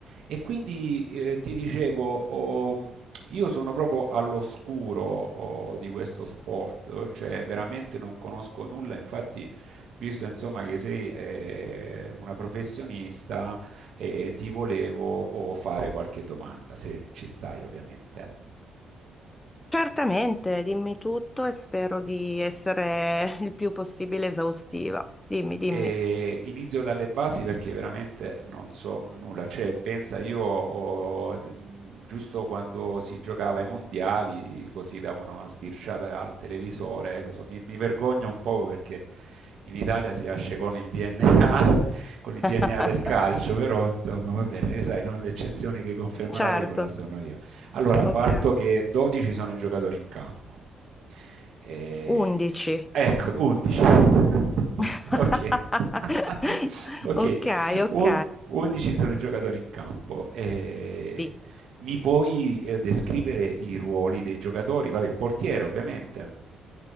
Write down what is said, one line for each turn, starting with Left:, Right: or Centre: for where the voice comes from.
Right: E quindi eh, ti dicevo, oh, io sono proprio all'oscuro oh, di questo sport, cioè veramente non conosco nulla, infatti, visto insomma che sei eh, una professionista, eh, ti volevo oh, fare qualche domanda, se ci stai ovviamente.
Left: Certamente, dimmi tutto e spero di essere il più possibile esaustiva. Dimmi, dimmi.
Right: E inizio dalle basi perché veramente non so nulla. Cioè, pensa, io ho- mh, giusto quando si giocava ai mondiali, così davano una sbirciata al televisore, lo so, mi, mi vergogno un po' perché in Italia si nasce con il DNA, <laughs> con il
Left: <laughs>
Right: DNA del calcio, però insomma va bene, sai, no? L'eccezione che conferma la
Left: Certo,
Right: regola sono io. Allora,
Left: ok.
Right: parto che 12 sono i giocatori in campo. E-
Left: 11.
Right: Ecco, 11. <laughs>
Left: <laughs>
Right: Ok. <laughs> Ok,
Left: Ok, ok.
Right: Un- 11 sono i giocatori in campo. E
Left: Sì.
Right: Mi puoi eh, descrivere i ruoli dei giocatori? Vabbè, il portiere, ovviamente.